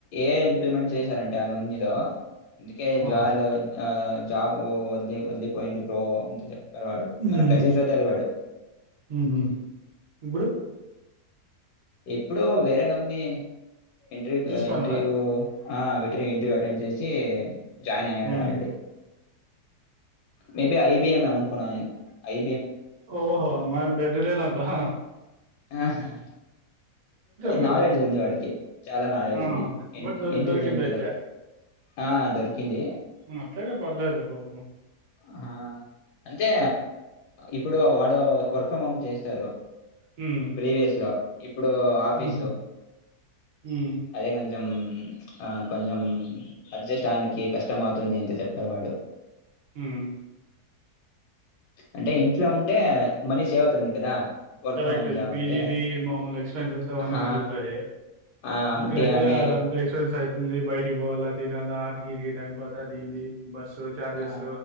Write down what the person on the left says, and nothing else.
ఏఐ ఇంప్లిమెంట్ చేశారంటే ఆ కంపెనీలో ఇందుకే జల్
ఆ జాబు వదిలి వదిలిపోయింది తో అంత చెప్పాడ్ వాడు
మన కజిన్ బ్రదర్ వాడు
ఎప్పుడో వేరే కమ్నీ ఇంటర్వూకు
ఇంటర్వ్యూ ఆ వీటిని ఇంటర్వ్యూ అటెండ్ చేసి జాయిన్ అయ్యాడు
ఆల్రెడీ మేబీ ఐబీఎం <unintelligible> కున్నా నేను ఐ
ఆహా
నాలెడ్జ్ ఉంది వాడికి చాలా నాలెడ్జ్
ఉంది ఇంట్
ఇంటెలిజెంట్
ఫెలో ఆ దొరికింది
ఆహా అంతే ఇప్పుడు వాడు వర్క్ ఫ్రం చేస్తారు.
ప్రీవియస్ లో ఇప్పుడు ఆఫీసు
అదే కొంచ్ కొంచెం ఆ కొంచెం అడ్జస్ట్ అవ్నికి కష్టం అవుతుంది అంటే సేపాడు వాడు
అంటే ఇంట్లో ఉంటే మనీ సేవ్ అవుతుంది కదా. వర్క్
ఫ్రమ్ హోమ్ జాబ్
అంటే.
హా
ఆ అంటే
ఆమె
ఆ